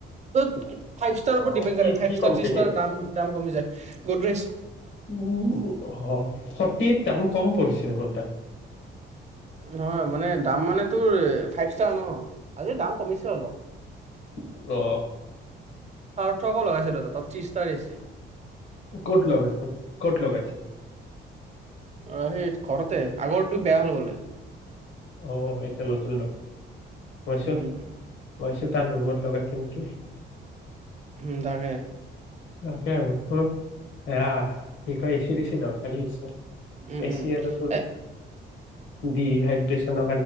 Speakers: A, on the right (about 35°); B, on the left (about 70°).
A: ত ফাইভ ষ্টাৰৰ
B: অ
A: ওপৰত ডিপেণ্ড
B: কি
A: কৰে ফাইভ
B: কি
A: ষ্টাৰ
B: কোম্পেনীৰ
A: ত্ৰিছটা দাম কমি যায় গুডৰেছ
B: উম অ সতি দাম কম পৰিছিল সোনটা
A: নহয় মানে দাম মানে তোৰ ফাইভ ষ্টাৰ ন আজি দাম কমিছে অলপ
B: অ অ
A: সাৰ্থকো লগাইছে দাদা তাত ত্ৰিছষ্টাৰ গেইছে।
B: ক'ত লগ গাইছে ক'ত লগাইছে
A: অ সেই ঘৰতে আগৰটো বেয়া হল বোলে
B: অ এতিয়া নতুন লগ গৈছো
A: উম
B: গৈছো তাৰ ৰুমত লগাইছে নেকি।
A: উম তাকে।
B: তাকে আৰু হ এয়া কি কয় এচি বেছি দৰকাৰী হৈছে।
A: উম
B: এচি
A: উম
B: এটা তোৰ
A: এ
B: ডিহাইড্ৰেচন